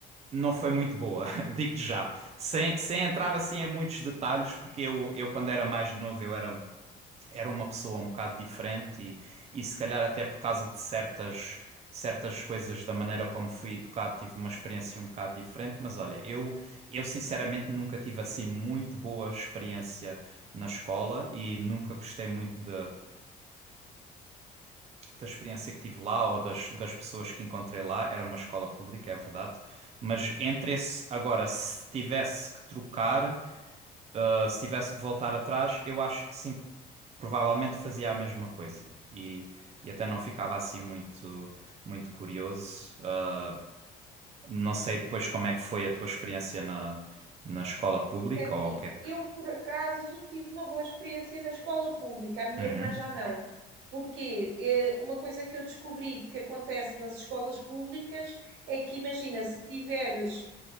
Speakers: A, on the right; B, on the right.
A: não foi muito boa, <laughs> digo-te já. Sem, sem entrar assim em muitos detalhes, porque eu, eu quando era mais novo eu era era uma pessoa um bocado diferente e, e se calhar até por causa de certas certas coisas da maneira como fui educado, tive uma experiência um bocado diferente, mas olha, eu eu sinceramente nunca tive assim muito boa experiência na escola e nunca gostei muito de, da experiência que tive lá ou das, das pessoas que encontrei lá. Era uma escola pública, é verdade, mas entre esse agora, se tivesse que trocar Uh, se tivesse que voltar atrás, eu acho que sim, provavelmente fazia a mesma coisa. E, e até não ficava assim muito, muito curioso. Uh, não sei depois como é que foi a tua experiência na, na escola pública
B: É assim,
A: ou o que é que.
B: eu por acaso tive uma boa experiência na escola pública, a minha
A: Uhum,
B: irmã já não. Porque eh, uma coisa que eu descobri que acontece nas escolas públicas é que, imagina, se tiveres